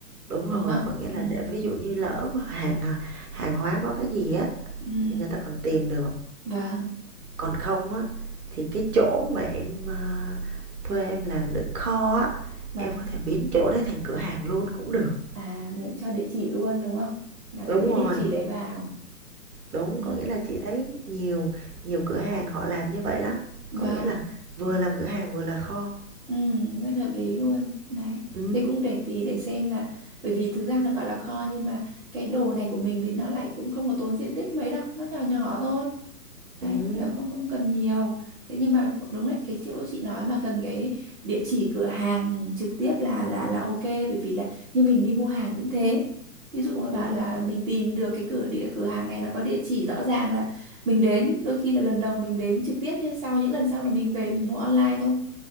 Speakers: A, on the right; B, on the right.
A: Đúng rồi,
B: đúng không?
A: có nghĩa là
B: Ừ.
A: để ví dụ như lỡ mà hàng à, hàng hóa có cái gì á
B: Ừ.
A: thì người ta còn tìm được
B: Vâng,
A: còn không á thì cái chỗ mà em à, thuê em làm đựng kho á
B: vâng.
A: em có thể biến chỗ đấy thành cửa hàng luôn cũng được
B: À mình cũng cho địa chỉ luôn đúng không? Là gắn
A: đúng
B: cái
A: rồi
B: địa chỉ đấy vào.
A: đúng
B: Ừ.
A: có nghĩa là chị thấy nhiều nhiều cửa hàng họ làm như vậy lắm
B: Vâng.
A: có nghĩa là vừa làm cửa hàng vừa là kho
B: Ừ, rất hợp lý luôn. Đấy.
A: ừ
B: Thế cũng để tùy để xem là bởi vì thực ra là gọi là kho nhưng mà cái đồ này của mình thì nó lại cũng không có tốn diện tích mấy đâu, nó nhỏ nhỏ thôi Đấy,
A: ừ
B: thế là không không cần nhiều. Thế nhưng mà đúng đấy, cái chỗ chị nói mà cần cái địa chỉ cửa hàng trực tiếp là là là ok bởi vì là như mình đi mua hàng cũng thế. Ví dụ mà bạn
A: ừ
B: là mình tìm được cái cửa địa cửa hàng này nó có địa chỉ rõ ràng là mình đến, đôi khi là lần đầu mình đến trực tiếp nhưng sau những lần sau là mình về mình mua online thôi.